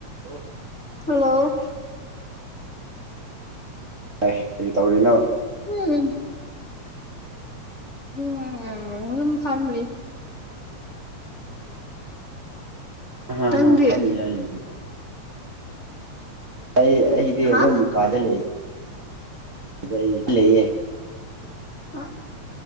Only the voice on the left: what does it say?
ꯍꯜꯂꯣ
ꯎꯝ ꯎꯝ ꯑꯗꯨꯝ ꯆꯝꯔꯤ
ꯅꯪꯗꯤ
ꯍꯥ
ꯑ